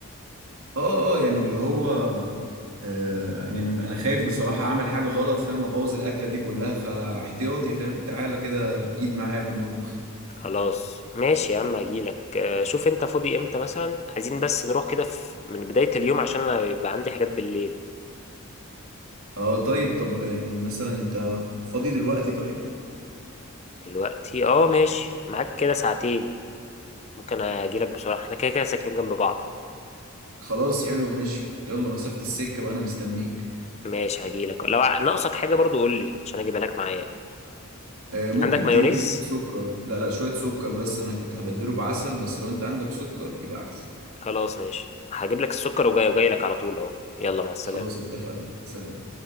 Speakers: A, on the right; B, on the left.
A: اه اه يعني اللي هو آه يعني انا خايف بصراحة اعمل حاجة غلط فاهم ابوظ الاكلة دي كلها فاحتياطي فاهم تعالى كده ايد معايا في المطبخ
B: خلاص ماشي يا عم هجيلك آه، شوف انت فاضي امتى مثلا عايزين بس نروح كده في- من بداية اليوم عشان انا يبقى عندي حاجات بالليل
A: اه طيب طب يعني مثلا انت فاضي دلوقتي طيب
B: دلوقتي اه ماشي معاك كده ساعتين ممكن اجيلك بسرعه احنا كده كده ساكنين جنب بعض
A: خلاص حلو ماشي يلا مسافة السكة بقى انا مستنيك
B: ماشي هجيلك لو ع- ناقصك حاجه برضو قول لي عشان اجيبها لك معايا
A: آه، ممكن
B: عندك مايونيز
A: تجيب لي شوية سكر لا لا شوية سكر بس أنا كنت هبدله بعسل بس لو أنت عندك سكر يبقى أحسن
B: خلاص ماشي هجيب لك السكر وجاي وجاي لك على طول اهو يلا مع السلامه
A: خلاص اتفقنا سلام